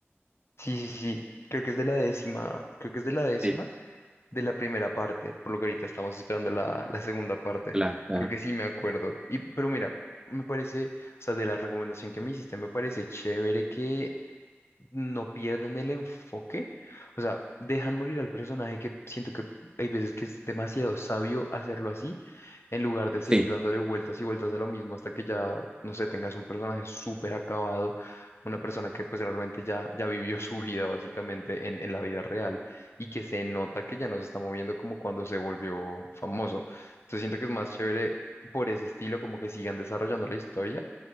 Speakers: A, on the left; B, on the right.
A: Sí, sí, sí. Creo que es de la décima, creo que es de la décima
B: Sí,
A: de la primera parte, por lo que ahorita estamos esperando la, la segunda parte.
B: claro, claro.
A: Creo que sí me acuerdo. Y, pero mira, me parece, o sea, de la recomendación que me hiciste, me parece chévere que no pierden el enfoque, o sea, dejan morir al personaje que siento que hay veces que es demasiado sabio hacerlo así, en lugar de seguir
B: Sí.
A: dándole vueltas y vueltas a lo mismo hasta que ya, no sé, tengas un personaje súper acabado, una persona que pues realmente ya, ya vivió su vida básicamente en, en la vida real y que se nota que ya no se está moviendo como cuando se volvió famoso. Entonces siento que es más chévere por ese estilo, como que sigan desarrollando la historia,